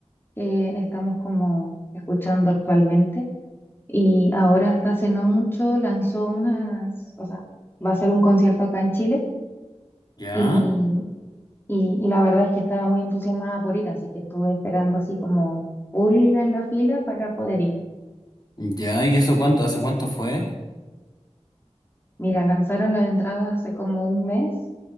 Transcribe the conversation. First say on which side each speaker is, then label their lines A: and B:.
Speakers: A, on the left (about 20°); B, on the left (about 35°).
A: que estamos como escuchando actualmente. Y ahora hasta hace no mucho lanzó unas, o sea, va a hacer un concierto acá en Chile
B: ¿Ya?
A: y, y, y la verdad es que estaba muy entusiasmada por ir, así que estuve esperando así como full en la fila para poder ir.
B: ¿Ya? ¿Y eso cuánto? ¿Hace cuánto fue?
A: Mira, lanzaron las entradas hace como un mes,